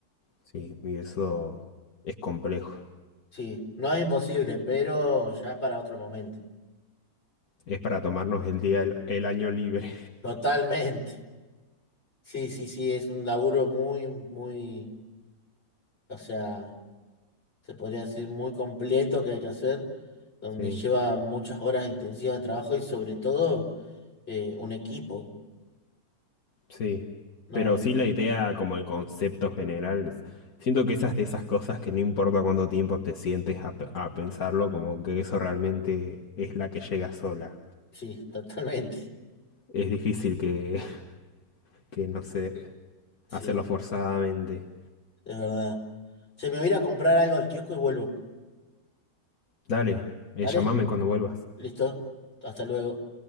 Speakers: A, on the left; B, on the left.
A: Sí, y eso es complejo.
B: Sí, no es imposible, pero ya es para otro momento.
A: Es para tomarnos el día, el el año libre.
B: Totalmente. Sí, sí, sí, es un laburo muy, muy, o sea, se podría decir muy completo que hay que hacer, donde
A: Sí,
B: lleva muchas horas intensivas de trabajo y sobre todo eh, un equipo.
A: sí.
B: No,
A: Pero sí la idea, como el concepto general, es- siento que esas de esas cosas que no importa cuánto tiempo te sientes a, pe- a pensarlo, como que eso realmente es la que llega sola.
B: sí, <laughs> totalmente.
A: Es difícil que, <laughs> que no sé,
B: Sí,
A: hacerlo forzadamente.
B: es verdad. Se me voy a ir a comprar algo al kiosco y vuelvo.
A: Dale, eh,
B: ¿Vale?
A: llámame cuando vuelvas.
B: Listo. Hasta luego.